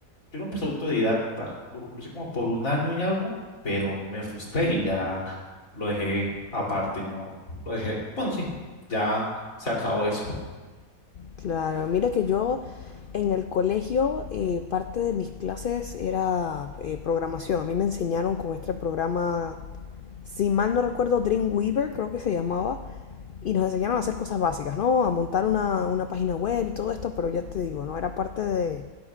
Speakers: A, on the left; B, on the left.
A: yo lo empecé autodidacta, lo, lo hice como por un año y algo, pero me frustré y ya lo dejé aparte y no lo dejé. Bueno, sí, ya se acabó eso.
B: claro. Mira que yo en el colegio eh, parte de mis clases era eh, programación. A mí me enseñaron con este programa si mal no recuerdo, Dreamweaver, creo que se llamaba, y nos enseñaron a hacer cosas básicas, ¿no? A montar una, una página web y todo esto, pero ya te digo, no era parte de,